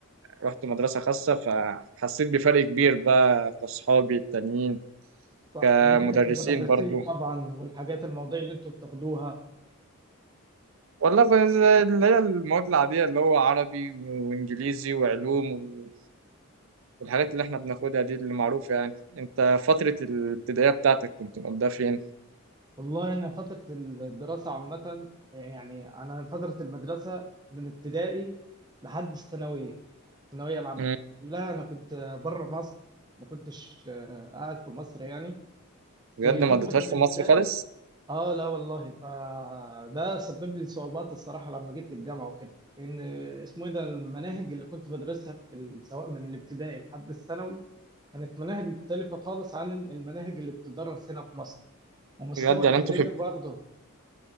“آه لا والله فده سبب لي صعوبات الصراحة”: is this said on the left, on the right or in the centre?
Right